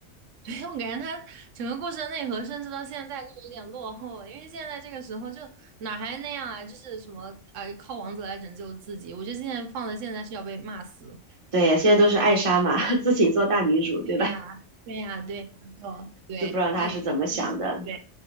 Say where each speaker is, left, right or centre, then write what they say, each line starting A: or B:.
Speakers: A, on the right; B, on the right.
A: <laughs> 对，我感觉他整个故事的内核，甚至到现在都有点落后了，因为现在这个时候就哪还那样啊，就是什么呃，靠王子来拯救自己，我觉得现在放在现在是要被骂死。
B: 对，现在都是艾莎嘛，<laughs> 自己做大女主，对吧？
A: 对呀，对呀，对然后对，
B: 就不知道她是怎么想的。
A: 他有些，对，